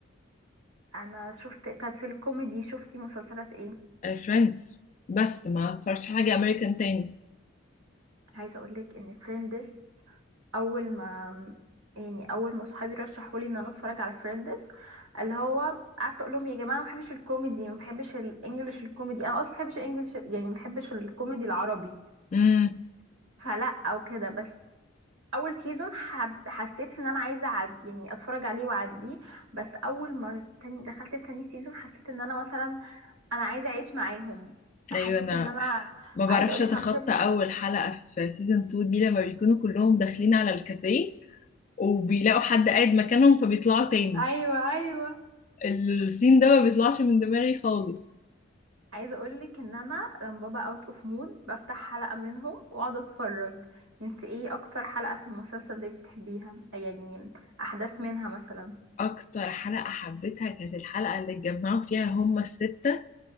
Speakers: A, on the right; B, on the left.
A: انا شفت طب في الكوميدي شفتي مسلسلات ايه
B: فريندز بس ما اتفرجتش حاجة امريكان تاني
A: عايزه اقولك ان فريندز اول ما يعني اول ما صحابي رشحوا لي ان انا اتفرج على فريندز اللي هو قعدت اقول لهم يا جماعه ما بحبش الكوميدي ما بحبش الانجليش الكوميدي انا اصلا ما بحبش الانجليش يعني ما بحبش الكوميدي العربي
B: امم
A: فلا او كده بس اول سيزون حب... حسيت ان انا عايزه أعد... يعني اتفرج عليه واعديه بس اول ما تاني... دخلت في تاني سيزون حسيت ان انا مثلا انا عايزه اعيش معاهم حسيت
B: ايوه انا
A: ان انا
B: ما بعرفش
A: عايزه اقولك
B: اتخطى
A: عم تقول
B: اول حلقة في سيزون 2 دي لما بيكونوا كلهم داخلين على الكافيه وبيلاقوا حد قاعد مكانهم فبيطلعوا تاني
A: ايوه ايوه
B: السين ده ما بيطلعش من دماغي خالص
A: عايزه اقولك ان انا لما بابا اوت اوف مود بفتح حلقه منهم واقعد اتفرج انت ايه اكتر حلقه في المسلسل ده بتحبيها يعني احداث منها مثلا
B: اكتر حلقة حبيتها كانت الحلقة اللي اتجمعوا فيها هما الستة